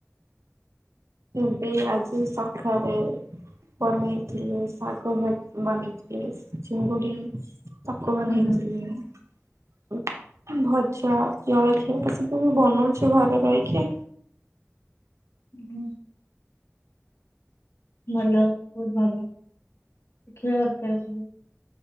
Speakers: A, on the right; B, on the left.
A: ଏବେ ଆଜି ସକାଳେ ବନେଇଥିଲି ଶାଗ ବନେଇଥିଲେ ଚିଙ୍ଗୁଡି ତାକୁ ବନେଇଥିଲି
B: ହୁଁ ହୁଁ
A: ମୁଁ ଭ ଚା ଜଳଖିଆ ତ ସବୁ ବନଉଚି ଘରେ
B: ହୁଁ
A: ରହିକି।
B: ହୁଁ। ଭଲ ବହୁତ ଭଲ ଶିଖିବା ଦରକାର ସବୁ।